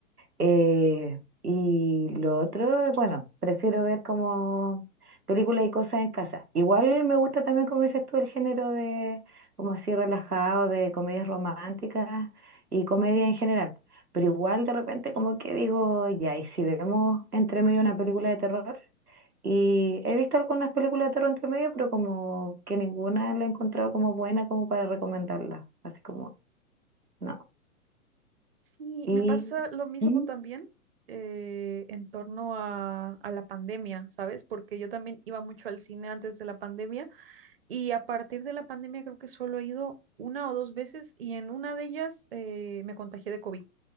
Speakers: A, on the right; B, on the right.
A: Eh, y lo otro, bueno, prefiero ver como películas y cosas en casa. Igual me gusta también, como dices tú, el género de, como así relajado, de comedias románticas y comedia en general. Pero igual de repente como que digo, ya, y si vemos entre medio una película de terror, y he visto algunas películas de terror entre medio, pero como que ninguna la he encontrado como buena como para recomendarla. Así como, no.
B: Sí,
A: Y...
B: me pasa lo mismo
A: ¿Mm?
B: también eh, en torno a, a la pandemia, ¿sabes? Porque yo también iba mucho al cine antes de la pandemia y a partir de la pandemia creo que solo he ido una o dos veces y en una de ellas eh, me contagié de COVID.